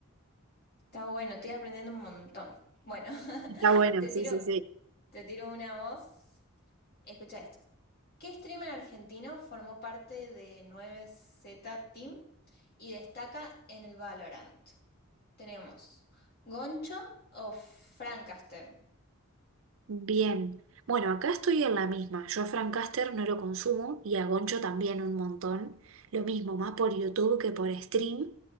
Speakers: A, on the left; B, on the right.
A: Está bueno, estoy aprendiendo un montón. Bueno, <laughs>
B: Está bueno,
A: te
B: sí,
A: tiro,
B: sí, sí.
A: te tiro una voz. Escucha esto. ¿Qué streamer argentino formó parte de nueve z Team y destaca en el Valorant? Tenemos Goncho o Francaster.
B: Bien. Bueno, acá estoy en la misma. Yo a Frank Caster no lo consumo y a Goncho también un montón. Lo mismo, más por YouTube que por stream.